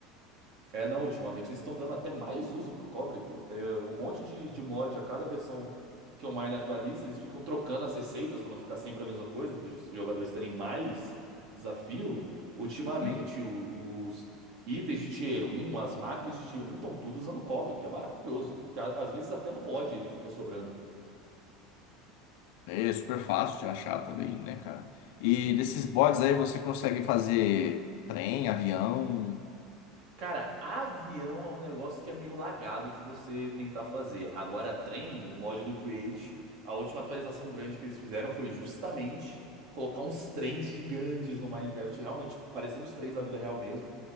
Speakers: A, on the right; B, on the left.
A: É, não, ultimamente eles estão dando até mais uso pro cobre, pô. Tem uh, um monte de, de mod a cada versão que o Mine atualiza, eles ficam trocando as receitas pra não ficar sempre a mesma coisa, para os jogadores terem mais desafio. Ultimamente,
B: Uhum.
A: o- os itens de tier um, as máquinas de tier um estão tudo usando cobre, o que é maravilhoso, porque a- às vezes até no mod ele fica sobrando.
B: É super fácil de achar também, né, cara? E
A: Sim.
B: desses bots aí você consegue fazer trem, avião,
A: Cara, avião é um negócio que é meio lagado de você tentar fazer. Agora, trem, o mod do Create, a última atualização grande que eles fizeram foi justamente colocar uns trens gigantes no Minecraft, realmente parecendo os trens da vida real mesmo.